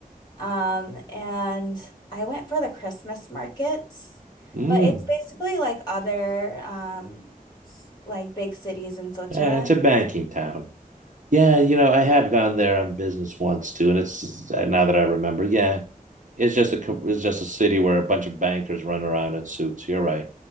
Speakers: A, on the left; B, on the right.
A: Um, and I went for the Christmas markets,
B: Mm,
A: but it's basically like other um, s- like big cities in Switzerland.
B: eh, it's a banking town. Yeah, you know, I have gone there on business once too, and it's now that I remember, yeah, it's just a co- it's just a city where a bunch of bankers run around in suits. You're right.